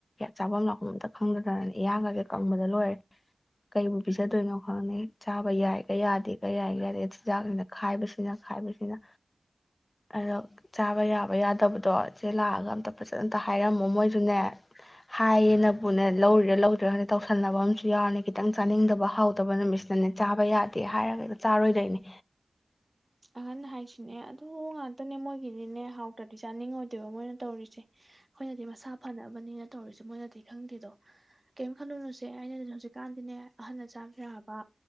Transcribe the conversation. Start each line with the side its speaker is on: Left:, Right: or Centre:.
Left: ꯆꯥꯐꯝ ꯂꯥꯛꯐꯝ ꯑꯇ ꯈꯪꯗꯗꯅꯅꯦ ꯏꯔꯥꯡꯒꯒꯦ ꯀꯪꯕꯗ ꯂꯣꯏꯔꯦ ꯀꯩꯨ ꯄꯤꯖꯗꯣꯏꯅꯣ ꯈꯪꯅꯤ ꯆꯥꯕ ꯌꯥꯏꯒ ꯌꯥꯗꯦꯒ ꯌꯥꯏꯒ ꯌꯥꯗꯦ ꯆꯤꯟꯖꯥꯛꯁꯤꯅ ꯈꯥꯏꯕꯁꯤꯅ ꯈꯥꯏꯕꯁꯤꯅ ꯑꯗꯣ ꯆꯥꯕ ꯌꯥꯕ ꯌꯥꯗꯕꯗꯣ ꯏꯆꯦ ꯂꯥꯛꯑꯒ ꯑꯝꯇ ꯐꯖꯅ ꯑꯝꯇ ꯍꯥꯏꯔꯝꯃꯣ ꯃꯣꯏꯁꯨꯅꯦ ꯍꯥꯏꯌꯦꯅꯕꯨꯅꯦ ꯂꯧꯔꯤꯔꯥ ꯂꯧꯗ꯭ꯔꯔꯥ ꯈꯗ ꯇꯧꯁꯟꯅꯕ ꯑꯃꯁꯨ ꯌꯥꯎꯔꯅꯤ ꯈꯤꯇꯪ ꯆꯥꯅꯤꯡꯗꯕ ꯍꯥꯎ ꯑꯇꯧꯕ ꯅꯨꯃꯤꯠꯁꯤꯅꯅꯦ ꯆꯥꯕ ꯌꯥꯗꯦ ꯍꯥꯏꯔꯒꯗꯤ ꯆꯥꯔꯣꯏꯗꯣꯏꯅꯦ
Right: ꯑꯍꯟ ꯍꯥꯏꯁꯤꯅꯦ ꯑꯗꯨ ꯉꯥꯛꯇꯅꯦ ꯃꯣꯏꯒꯤꯗꯤꯅꯦ ꯍꯥꯎꯇ꯭ꯔꯗꯤ ꯆꯥꯅꯤꯡꯉꯣꯏꯗꯣꯏꯕ ꯃꯣꯏꯅ ꯇꯧꯔꯤꯁꯦ ꯑꯩꯈꯣꯏꯅꯗꯤ ꯃꯁꯥ ꯐꯅꯕꯅꯤꯅ ꯇꯧꯔꯤꯁꯦ ꯃꯅ ꯗꯤ ꯈꯪꯗꯦꯗꯣ ꯀꯩꯝ ꯈꯜꯂꯨꯅꯨꯁꯦ ꯑꯩꯅ ꯍꯧꯖꯤꯛꯀꯥꯟꯗꯤꯅꯦ ꯑꯍꯜ ꯑ ꯆꯥꯕ ꯌꯥꯕ